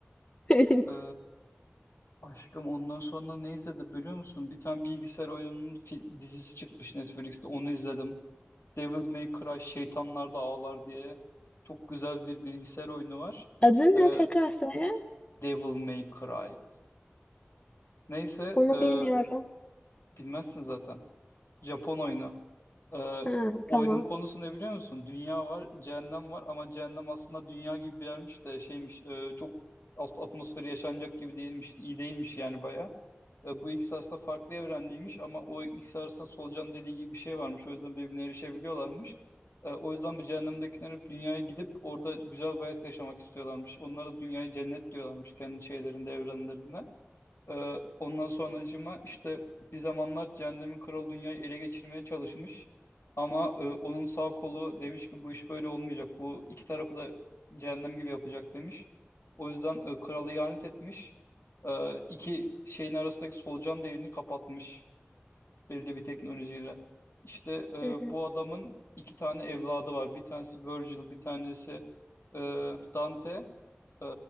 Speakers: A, on the left; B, on the left.
A: <laughs>
B: Ee, aşkım ondan sonra ne izledim biliyor musun? Bir tane bilgisayar oyununun fi- dizisi çıkmış Netflix'te onu izledim. Devil May Cry Şeytanlar da Ağlar diye. Çok güzel bir bilgisayar oyunu var.
A: Adı ne
B: Ee,
A: tekrar söyle.
B: Devil May Cry. Neyse
A: Onu
B: e,
A: bilmiyorum.
B: Bilmezsin zaten. Japon oyunu. Ee,
A: Ha,
B: oyunun
A: tamam.
B: konusu ne biliyor musun? Dünya var, cehennem var ama cehennem aslında dünya gibi bir yermiş de şeymiş e, çok alt atmosferi yaşanacak gibi değilmiş, iyi değilmiş yani baya. E, bu ikisi aslında farklı evrendeymiş ama o ikisi arasında solucan deliği gibi bir şey varmış. O yüzden birbirine erişebiliyorlarmış. E, o yüzden bu cehennemdekiler hep dünyaya gidip orada güzel bir hayat yaşamak istiyorlarmış. Onlara dünyayı cennet diyorlarmış kendi şeylerinde, evrenlerinde. Ee, ondan sonracığıma işte bir zamanlar Cehennemin Kralı dünyayı ele geçirmeye çalışmış. Ama e, onun sağ kolu demiş ki bu iş böyle olmayacak. Bu iki tarafı da cehennem gibi yapacak demiş. O yüzden e, kralı ihanet etmiş. Ee, iki şeyin arasındaki solucan deliğini kapatmış belirli bir teknolojiyle. İşte e,
A: Hı hı.
B: bu adamın iki tane evladı var. Bir tanesi Virgil, bir tanesi e, Dante. E,